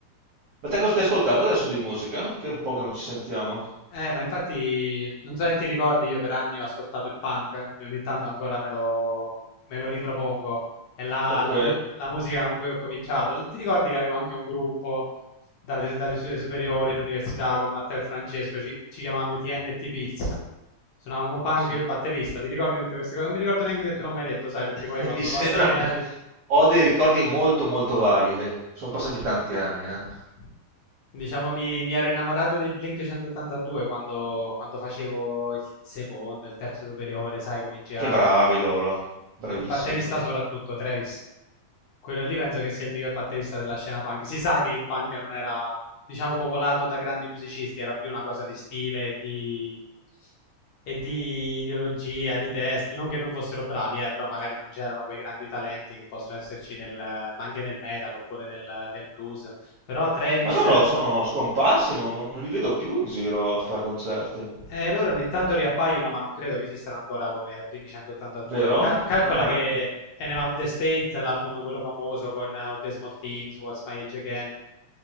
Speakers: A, on the right; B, on the left.
A: Ma te cosa stai ascoltando adesso di musica? Che è un po' che non ci sentiamo.
B: Eh, ma infatti, non so se ti ricordi, io per anni ho ascoltato il punk e ogni tanto ancora me lo, me lo ripropongo. È la,
A: Ok.
B: la mu- la musica con cui ho cominciato. Non Ti ricordi che avevo anche un gruppo dalle, dalle su- superiori, all'università, con Matteo e Francesco, ci, ci chiamavamo i TNT Pills. Suonavamo punk,
A: Adesso
B: io
A: Mi
B: batterista. Ti ricordi tutte queste cose? Non mi ricordo neanche se te
A: <laughs>
B: l'ho mai detto, sai, perché poi quando
A: mi sembra...
B: passano gli anni...
A: Ho dei ricordi molto molto vaghi. eh. Sono passati tanti
B: <laughs>
A: anni, eh.
B: Diciamo, mi, mi ero innamorato dei Blink 182 quando, quando facevo il secondo, il terzo superiore, sai, cominci
A: Che
B: a...
A: bravi loro. Bravissimi.
B: Il batterista soprattutto, Travis. Quello lì penso che sia il miglior batterista della scena punk. Si sa che il punk non era, diciamo, popolato da grandi musicisti, era più una cosa di stile, di... e di ideologia, di testi. Non che non fossero bravi, eh, però magari non c'erano quei grandi talenti che possono esserci nel, ma anche nel metal oppure nel, nel blues. Però Travis
A: Ma loro sono scomparsi, non, non- non li vedo più in giro a fare concerti.
B: Eh, loro ogni tanto riappaiono, ma non credo che esistano ancora come Blink 182.
A: Vero?
B: Cal- calcola
A: Ah,
B: che
A: ecco.
B: Enema of the State, l'album quello famoso con eh, All the Small Things, What's My Age Again,